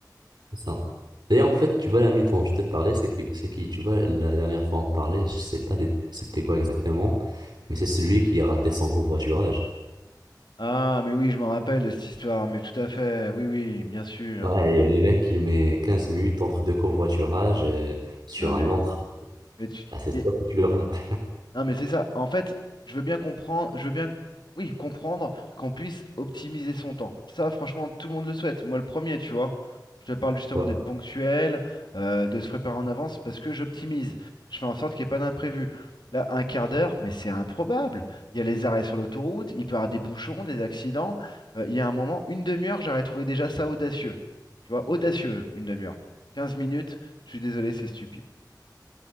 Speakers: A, on the right (about 75°); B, on the left (about 85°).
A: C'est ça. D'ailleurs, en fait, tu vois, l'ami dont je te parlais, c'est qui, c'est qui? Tu vois, la dernière fois, on parlait, je sais pas des- c'était quoi exactement, mais c'est celui qui a raté son covoiturage.
B: Ah, mais oui, je me rappelle de cette histoire, mais tout à fait, oui, oui, bien sûr.
A: Ouais, et le mec, il met 15 minutes entre deux covoiturages euh, sur
B: Non, mais,
A: un long trajet.
B: mais tu-
A: Ah, c'est
B: y-
A: sûr que tu le rates.
B: Non, mais c'est ça. En fait, je veux bien comprendre, je veux bien, oui, comprendre qu'on puisse optimiser son temps. Ça, franchement, tout le monde le souhaite. Moi, le premier, tu vois. Je te parle justement
A: Ouais,
B: d'être ponctuel, euh, de se préparer en avance parce que j'optimise. Je fais en sorte qu'il n'y ait pas d'imprévu. Là, un quart d'heure, mais c'est improbable. Il y a les arrêts sur l'autoroute, il peut y avoir des bouchons, des accidents. Euh, il y a un moment, une demi-heure, j'aurais trouvé déjà ça audacieux. Tu vois, audacieux, une demi-heure. quinze minutes, je suis désolé, c'est stupide.